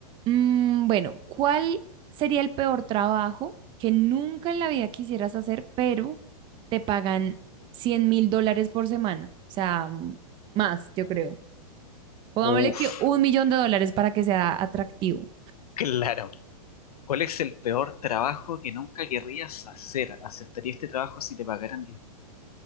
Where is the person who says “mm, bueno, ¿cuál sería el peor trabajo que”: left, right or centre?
Right